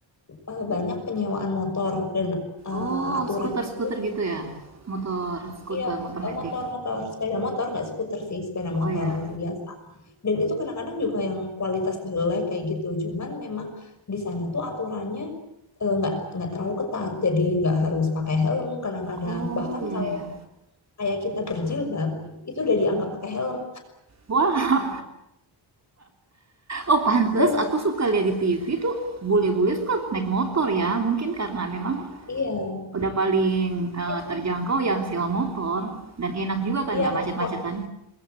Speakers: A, on the left; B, on the right.
A: eh, banyak penyewaan motor dan eh,
B: Oh,
A: aturannya
B: skuter-skuter
A: itu
B: gitu ya. Motor, skuter,
A: ya
B: motor
A: motor-motor
B: metik.
A: sepeda motor nggak skuter sih sepeda motor
B: Oh iya.
A: biasa dan itu kadang-kadang juga yang kualitas jelek kayak gitu cuman memang di sana tuh aturannya eh, nggak nggak terlalu ketat jadi nggak harus pakai helm kadang-kadang
B: Oh
A: bahkan
B: iya
A: kalau
B: ya.
A: kayak kita berjilbab itu udah dianggap pakai helm
B: Wah, Oh pantes,
A: iya
B: aku suka lihat di TV tuh bule-bule suka naik motor ya. Mungkin karena memang
A: iya
B: udah paling eh,
A: iya
B: terjangkau ya sewa motor dan enak juga kan
A: iya
B: nggak
A: transport
B: macet-macetan.